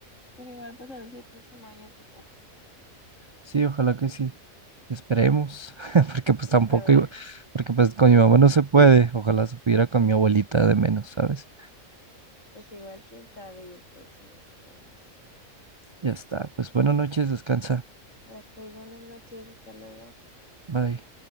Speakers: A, on the left; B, on the right.
A: Pero igual, pues a ver si el próximo año te toca.
B: Sí, ojalá que sí. Esperemos, <laughs> porque pues tampoco,
A: Ojalá,
B: iba- porque pues con mi mamá no se puede, ojalá se pudiera con mi abuelita de menos, ¿sabes?
A: pues igual, quién sabe, y el próximo sí, vamos.
B: Ya está. Pues buenas noches, descansa.
A: Ah, Pues buenas noches, hasta luego.
B: Bye.